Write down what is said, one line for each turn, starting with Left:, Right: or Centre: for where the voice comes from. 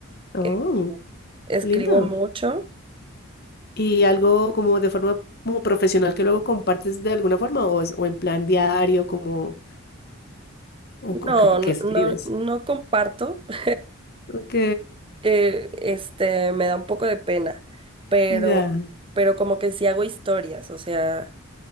Left: Oh,
Right: Eh, Escribo
Left: lindo.
Right: mucho.
Left: ¿Y algo como de forma como profesional que luego compartes de alguna forma o, es- o en plan diario como o,
Right: No,
Left: o que, que
Right: no,
Left: escribes?
Right: no, no comparto. <laughs>
Left: Ok,
Right: Eh, este, me da un poco de pena, pero,
Left: ya.
Right: pero como que sí hago historias, o sea,